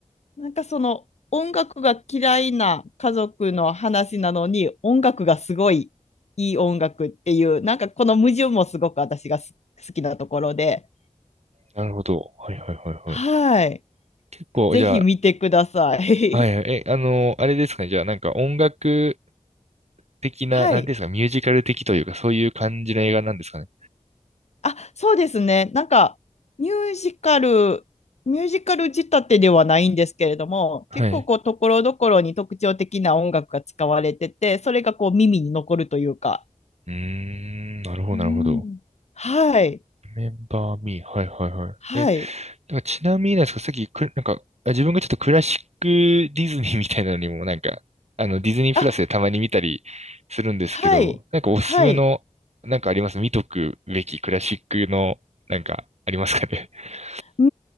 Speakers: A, on the left; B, on the right.
A: なんかその音楽が嫌いな家族の話なのに、音楽がすごいいい音楽っていう、なんかこの矛盾もすごく私がす <laughs> 好きなところで、
B: なるほど。はいはいはいはい。
A: はい。
B: 結構、
A: ぜひ見てください。
B: じゃあ、はいはい。
A: <laughs>
B: え、あの、あれですかね。じゃあなんか音楽的な、
A: はい。
B: なんていうんですか、ミュージカル的というか、そういう感じの映画なんですかね。
A: あ、そうですね。なんか、ミュージカル、ミュージカル仕立てではないんですけれども、
B: はい。
A: 結構こう、ところどころに特徴的な音楽が使われてて、それがこう、耳に残るというか。
B: うーん、なるほど、
A: うん。
B: なるほど。
A: はい。
B: メンバーミー、はいはいはい。
A: はい。
B: え、だからちなみになんですか、さっきく、なんか、あ自分がちょっとクラシックディズニーみたいなのにも、なんか、あの、ディズニープラスでたまに見たりするんですけど、
A: あ、はい。
B: なんかおすすめの、
A: はい。
B: なんかあります見とくべきクラシックの、なんか、ありますかね <laughs>
A: う